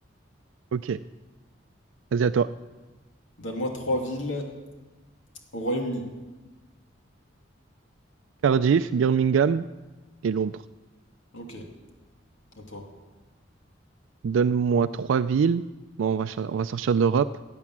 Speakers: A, on the right; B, on the left.
A: Ok. Vas-y, à toi.
B: Donne-moi trois villes au Royaume-Uni.
A: Cardiff, Birmingham. et Londres.
B: Ok, à toi.
A: Donne-moi trois villes. Bon, on va, cha- on va sortir de l'Europe.